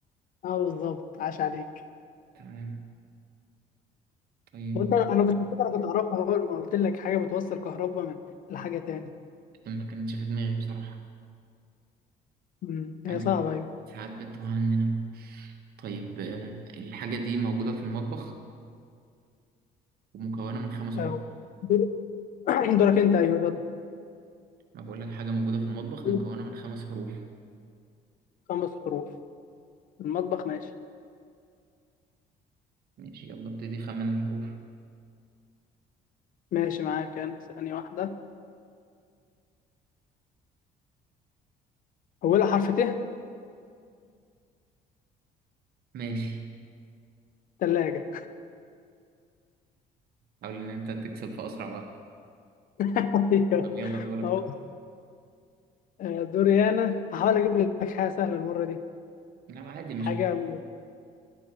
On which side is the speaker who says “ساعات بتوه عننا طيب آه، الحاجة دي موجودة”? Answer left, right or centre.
Right